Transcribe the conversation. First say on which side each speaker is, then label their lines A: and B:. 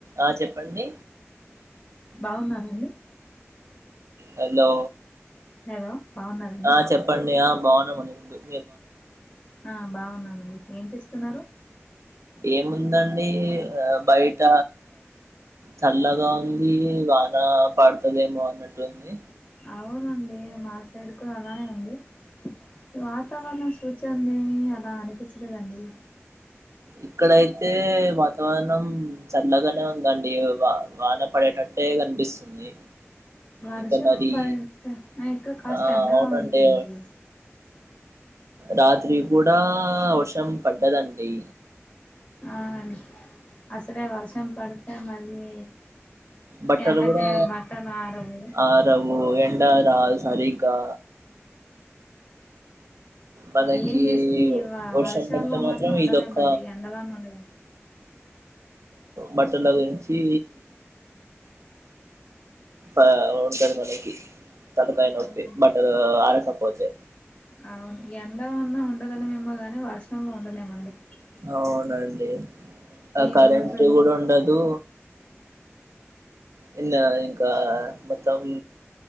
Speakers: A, on the right; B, on the left.
A: ఆ చెప్పండి
B: బాగున్నారండి
A: హలో
B: హలో బాగున్నారండి
A: ఆ చెప్పండి ఆ బాగున్నామండి ఇద్
B: ఆ బాగున్నామండి ఏం చేస్తున్నారు
A: ఏముందండి ఆ బయట చల్లగా ఉంది వాన పాడుతుదేమో అన్నట్టు ఉంది
B: అవునండి మా సైడ్ కూడా అలానే ఉంది ఈ వాతావరణం సూచనలు లేమి అలా అనిపించలేదండి
A: ఇక్కడయితే వాతావరణం చల్లగానే ఉందండి వా వాన పడేటట్టు అట్టే కనిపిస్తుంది
B: వర్షం
A: ఇంకా మరి
B: పడి ఇక్కడ కాస్త
A: ఆ
B: ఎండగా
A: అవునండి
B: ఉందండి
A: రాత్రి కూడా వర్షం పడ్డదండి
B: అవునండి అసలే వర్షం పడితే మళ్ళీ
A: బట్టలు
B: ఎండకి
A: కూడా
B: బట్టలు ఆరవు
A: ఆరవు ఎం డా రాదు సారిగా మనకి
B: ఏం చేసినా ఈ వ
A: వర్షం
B: వర్షాల్లో
A: పడితే మాత్రం
B: ఉండలేమండి
A: ఇదొక్క
B: ఎండలోనే ఉండలేము
A: బట్టల గురించి ఆ ఉంటది మనకి తలకాయ నొప్పి
B: అవునండి
A: బట్టలు అరకపోతే
B: అవును ఎండ ఉన్నా ఉండగలమేమో గాని వర్షంలో ఉండలేమండి
A: అవునండి ఆ
B: ఈ
A: కరెంట్
B: బురదలు
A: కూడా ఉండదు ఎన్న ఇంకా మొత్తం